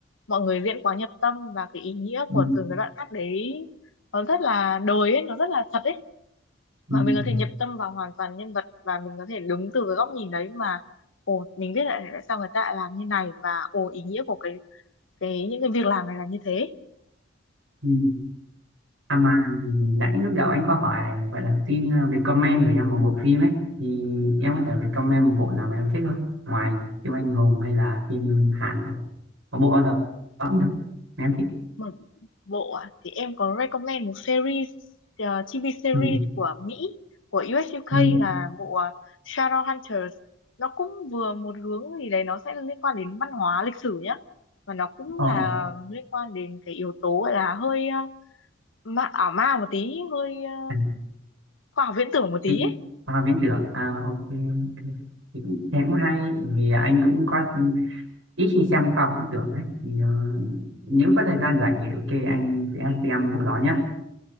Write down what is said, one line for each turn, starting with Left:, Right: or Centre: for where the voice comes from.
Left: mọi người diễn quá nhập tâm và cái ý nghĩa
Right: ừ,
Left: của từng cái đoạn cắt đấy nó rất là đời ấy nó rất là thật ấy
Right: ừ,
Left: mà mình có
Right: ừ.
Left: thể nhập tâm vào hoàn toàn nhân vật và mình có thể đứng từ cái góc nhìn đấy mà ồ mình biết lại tại sao người ta lại làm như này và ồ ý nghĩa của cái cái những cái việc làm này là như thế
Right: ừ. À mà nãy lúc đầu anh có hỏi vậy là xin ờ, recommend của em một bộ phim ấy thì em có thể recommend một bộ nào mà em thích không ngoài siêu anh hùng hay là phim Hàn ta Có bộ ở đó cũng được em thích
Left: một bộ à thì em có recommend một series ờ, TV series
Right: ừ.
Left: của Mỹ của US UK
Right: Ừ.
Left: là bộ ờ, Shadowhunters nó cũng vừa một hướng gì đấy nó sẽ liên quan đến văn hóa lịch sử nhá và nó cũng
Right: Ờ.
Left: là liên quan đến cái yếu tố gọi là hơi ờ, ma ảo ma một tí hơi ờ,
Right: À,
Left: khoa học viễn tưởng một tí
Right: Vĩnh
Left: ấy.
Right: à, Viễn Tưởng à ok ok thì cũng thế cũng hay vì anh cũng có ít khi xem khoa học viễn tưởng ấy thì ờ, nếu có thời gian rảnh thì ok anh sẽ xem bộ đó nhé